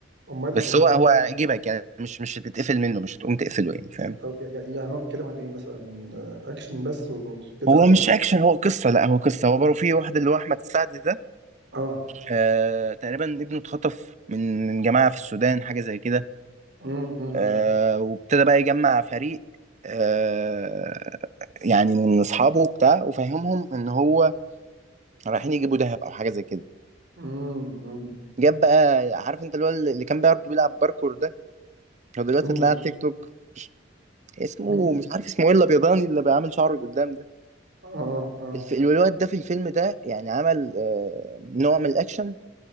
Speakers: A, on the right; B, on the right.
A: امال
B: بس
A: امال
B: هو هو
A: هو
B: يجيبك يعني مش مش هتتقفل منه مش هتقوم تقفله يعني فاهم
A: طب يع- يعني هو بيتكلم عن ايه مثلا آه، اكشن بس وكده
B: هو
A: ولا
B: مش اكشن هو قصه لا هو قصه هو برضه في واحد اللي هو احمد سعد ده
A: اه
B: آه تقريبا ابنه اتخطف من من جماعه في السودان حاجه زي كده
A: امم
B: آه وابتدى بقى يجمع فريق آه يعني من اصحابه وبتاع وفهمهم ان هو رايحين يجيبوا دهب او حاجه زي كده
A: امم امم
B: جاب بقى عارف انت اللي هو اللي كان برضه بيلعب باركور ده هو دلوقتي
A: مين
B: طلع
A: ده
B: على تيك توك اسمه
A: مين
B: مش عارف اسمه ايه الابيضاني اللي بيعمل شعره لقدام ده
A: اه اه اه
B: الف... الواد ده في الفيلم ده يعني عمل آه، نوع من الاكشن